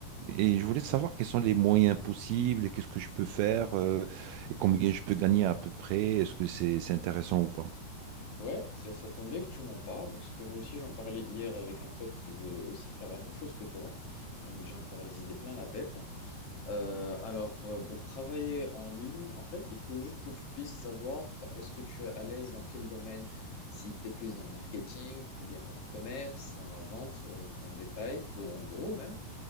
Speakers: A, on the right; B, on the left.
A: Et je voulais savoir quels sont les moyens possibles et qu'est-ce que je peux faire euh, et combien je peux gagner à peu près. Est-ce que c'est c'est intéressant ou pas?
B: Ouais, ça, ça tombe bien que tu m'en parles parce que moi aussi j'en parlais hier avec un pote qui voulait aussi faire la même chose que toi. Donc j'ai encore les idées plein la tête. Euh, alors euh, pour travailler en ligne, en fait, il faut juste que tu puisses savoir est-ce que tu es à l'aise dans quel domaine, si tu es plus dans le marketing ou bien dans le commerce, dans la vente euh, en détail ou en gros même.